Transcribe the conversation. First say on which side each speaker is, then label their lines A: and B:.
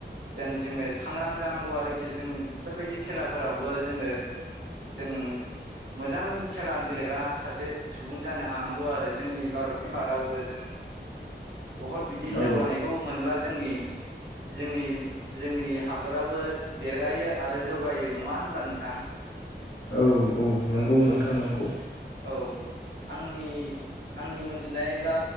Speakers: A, on the right; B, on the left.
A: जेन जोङो सांग्रां जानांगौ आरोखि जों बेफोरबायदि खेलाफोरावबो जोङो जों। मोजां खेला गेलेग्रा सासे सुबुं जानो हानांगौ आरो जोंनि भारतनि मादावबो जों। बहुत बिदि
B: औ
A: जौगानायखौ मोनब्ला। जोंनि जोंनि जोंनि हादराबो। देरगायो आरो जौगायो नङा होनब्ला नोंथां।
B: औ औ नंगौ नोंथां नंगौ।
A: औ आंनि आंनि मोनथिनाय बा